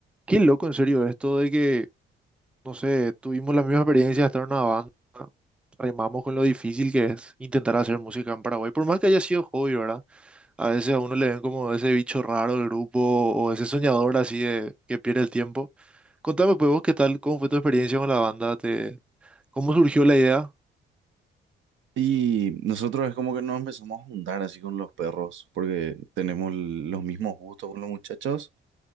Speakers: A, in the centre; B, on the right.
A: Qué loco, en serio, esto de que, no sé, tuvimos la misma experiencia de estar en una banda, remamos con lo difícil que es intentar hacer música en Paraguay, por más que haya sido hobby, ¿verdad? A veces a uno le ven como ese bicho raro del grupo o ese soñador así de que pierde el tiempo. Contame, pues, vos, ¿qué tal? ¿Cómo fue tu experiencia con la banda? ¿Te- ¿Cómo surgió la idea?
B: Y nosotros es como que nos empezamos a juntar así con los perros, porque tenemos l- los mismos gustos con los muchachos.